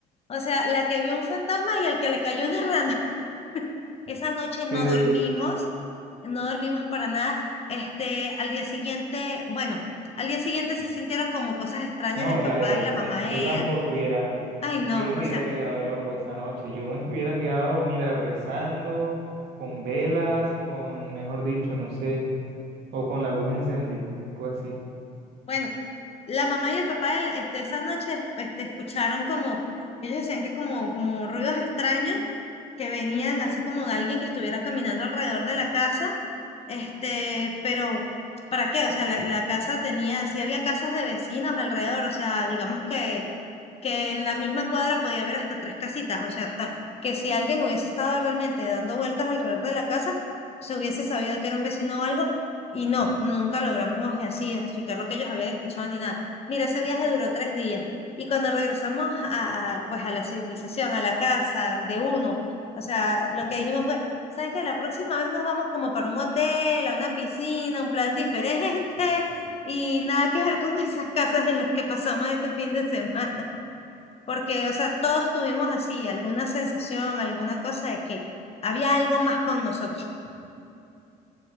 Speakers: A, on the left; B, on the right.
A: o sea, la que vio un fantasma y el que le cayó una rana. <laughs> Esa noche no
B: que,
A: dormimos, no dormimos para nada. Este, al día siguiente, bueno, al día siguiente sí sintieron como cosas extrañas
B: no,
A: el papá
B: la verdad,
A: y la mamá de
B: yo tampoco
A: él.
B: hubiera.
A: Ay, no,
B: yo no
A: o
B: hubiera
A: sea,
B: pegado el ojo esa noche. Yo me hubiera quedado, mira, rezando, con velas, con, mejor dicho, no sé, o con la luz encendida, algo así.
A: bueno, la mamá y el papá de él, este, esa noche, este, escucharon como, ellos decían que como, como ruidos extraños que venían así como de alguien que estuviera caminando alrededor de la casa Este, pero ¿para qué? O sea, la, la casa tenía, sí había casas de vecinos alrededor, o sea, digamos que que en la misma cuadra podía haber hasta tres casitas, o sea, ta- que si alguien hubiese estado realmente dando vueltas alrededor de la casa, se hubiese sabido que era un vecino o algo, y no, nunca logramos así identificar lo que ellos habían escuchado ni nada. Mira, ese viaje duró tres días, y cuando regresamos a, a, pues a la civilización, a la casa de uno, o sea, lo que dijimos fue, ¿saben qué? La próxima vez nos vamos como para un hotel, a una piscina, un plan diferente, <laughs> y nada que ver con esas casas en las que pasamos este fin de semana. Porque, o sea, todos tuvimos así alguna sensación, alguna cosa de que había algo más con nosotros.